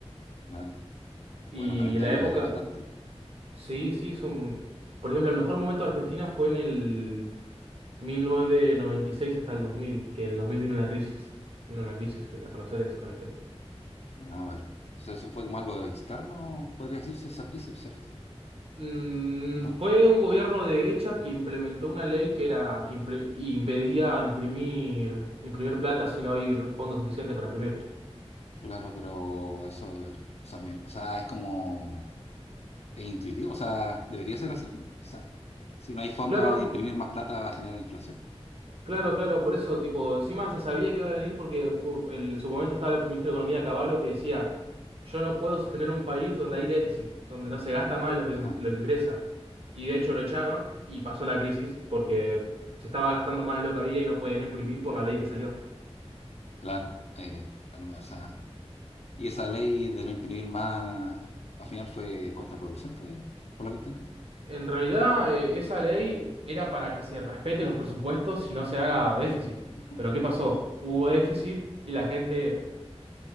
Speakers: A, on the left; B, on the right.
A: claro.
B: Y
A: Bueno, 40
B: la
A: años
B: época,
A: igual es bastante.
B: sí, sí, es un- Por ejemplo, el mejor momento de Argentina fue en el 1996 hasta el 2000 que en el 2000 vino una crisis. Vino una crisis, que la conocerás durante
A: Ah, vale. Entonces eso fue como algo externo, podría decirse esa crisis, ¿cierto?
B: Mm,
A: ¿No?
B: fue un gobierno de derecha que implementó una ley que era que impre- impedía imprimir imprimir plata si no hay re- fondos suficientes para imprimir.
A: Claro, pero eso, eh, o sea, mi- o sea, es como es intuitivo, o sea, debería ser así. pues. O sea, si no hay fondo,
B: Claro,
A: imprimir más plata va a generar inflación.
B: claro, claro, por eso, tipo, encima se sabía que iba a venir porque hu- en su momento estaba el ministro de Economía Caballo que decía, yo no puedo sostener un país donde hay déficit, donde no se gasta más de lo que,
A: Ajá,
B: in- lo que ingresa. Y de hecho lo echaron y pasó la crisis porque se estaba gastando más de lo que había y no podían imprimir por la ley que salió.
A: claro. Eh, bueno, o sea, y esa ley de no imprimir más, al final fue contraproducente, por lo que entendí.
B: En realidad, eh, esa ley era para que se respete los presupuestos y no se haga déficit.
A: Ajá.
B: Pero ¿qué pasó? Hubo déficit y la gente...